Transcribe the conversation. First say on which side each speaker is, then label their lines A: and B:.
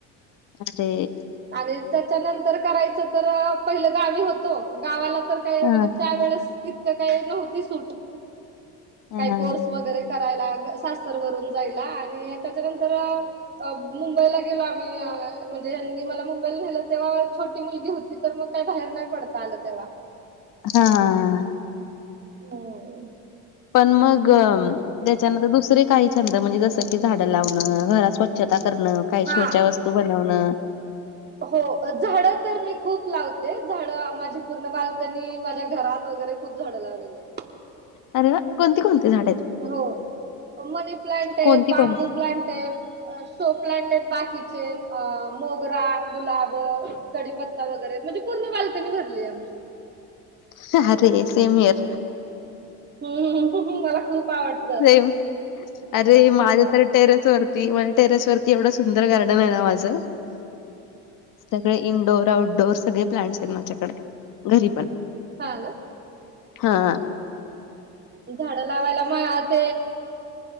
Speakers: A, on the left; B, on the right.
A: अरे
B: आणि त्याच्यानंतर करायचं तर पहिलं गावी होतो गावाला तर काय
A: हा
B: म्हणजे त्यावेेळेस इतकं काय नव्हती सूट.
A: हा
B: काही
A: हा
B: कोर्स वैगैरे करायला. सासर वरून जायला आणि त्याच्या नंतर... अ... मुंबईला गेलो आम्हीअ.... म्हण जे.... मला मुंबईला न्हेल तेव्हा छोटी मुलगी होती तर मग काय बाहेर नाही पडता आलं तेव्हा...
A: हा....
B: होय...
A: पण मग... त्याच्या... त्यानंतर दुसरे काही छंद म्हणजे जस की झाडं लावणं घरात स्वचछता करणं काही
B: हा
A: शो च्या वस्.. तू.. बनवन...
B: हो. झाडं तर मी खूप लावते. तेच झाड माझी पूर्ण बालकनी माझ्या घरात वैगैरे खूप झाडं लावलेले आहेत.
A: अरे वा... कोणती- कोणती झाड आहेत.
B: हो... मनी प्लन्ट आहेत.
A: कोणती
B: बांबू
A: कोणती
B: प्लन्ट आहेत. शो प्लान्ट आहेत बाकीचे अ.. मोगरा, गुलाब... कडीपत्ता वैगैरे म्हणजे पूर्ण बालकनी भरली आ हे. आमची...
A: जा.. रे.. सेम इयर...
B: हम्म... हम्म.. मला खूप आवडत.
A: सेम. अरे माझ्या
B: नाद
A: तर.. टेरेस वरती.. म्ह... टेरेस वरती एवढं सुंदर गार्डन आहे ना माझ. सगळे इनडोअर आउटडोर सगळे प्लांट्स आहेत. माझ्याकडे घरी पण.
B: हा.. ना..
A: हा... हा..
B: झाडं लावायला माळात...